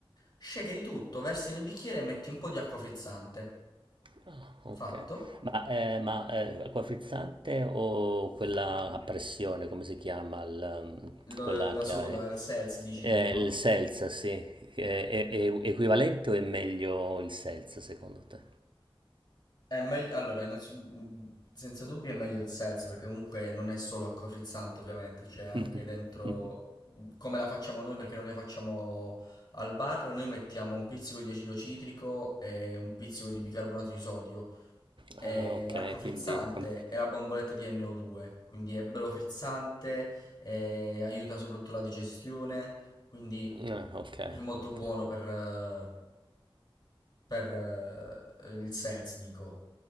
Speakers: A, on the left; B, on the right.
A: shakeri tutto, versi nel bicchiere e metti un po' di acqua frizzante.
B: Ah, ok.
A: Fatto.
B: Ma, eh, ma eh, acqua frizzante o quella a pressione, come si chiama? Il, um,
A: Lo-
B: quella
A: la
B: che
A: soda,
B: ha eh,
A: il seltz, dici
B: eh,
A: tu, no?
B: il seltz, sì. È, è- è equivalente o è meglio il seltz, secondo te?
A: È meglio, allora, innanzi- mh, senza dubbio è meglio il Sez, perché comunque non è solo acqua frizzante, ovviamente, c'è anche
B: <laughs>
A: dentro come la facciamo noi, perché noi la facciamo al bar, noi mettiamo un pizzico di acido citrico e un pizzico di bicarbonato di sodio, è
B: Ah, ok,
A: acqua frizzante
B: quindi... <laughs>
A: e la bomboletta di NO2, quindi è bello frizzante, eh, aiuta soprattutto la digestione, quindi
B: Ah, ok,
A: è molto
B: ok.
A: buono per, eh, per eh, il seltz, dico.